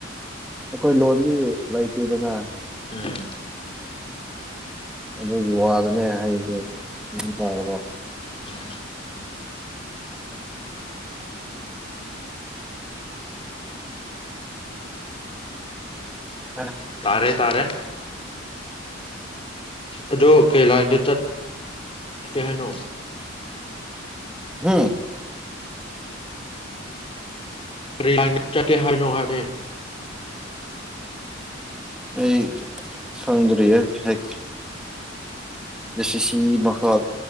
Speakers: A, in the centre; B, on the left.
A: ꯑꯩꯈꯣꯏ ꯂꯣꯟꯗꯤ ꯂꯩꯇꯦꯗꯅ
B: ꯎꯝ
A: ꯑꯗꯨꯒꯤ ꯋꯥꯗꯅꯦ ꯍꯥꯏꯁꯦ ꯒ꯭ꯌꯥꯟ ꯇꯥꯔꯕ
B: ꯎꯝ
A: <inaudible>
B: ꯇꯥꯔꯦ ꯇꯥꯔꯦ ꯑꯗꯣ ꯀꯩ ꯂꯥꯏꯟꯗ ꯆꯠ ꯀꯩ ꯍꯥꯏꯅꯣ
A: ꯍꯨꯝ
B: ꯀꯩ ꯂꯥꯢꯟꯗ ꯆꯠꯀꯦ ꯍꯥꯢꯅꯣ ꯍꯥꯢꯕꯅꯦ
A: ꯑꯩ ꯈꯪꯗ꯭ꯔꯤꯌꯦ <unintelligible> ꯑꯦꯁꯤ ꯁꯤ ꯃꯈꯥ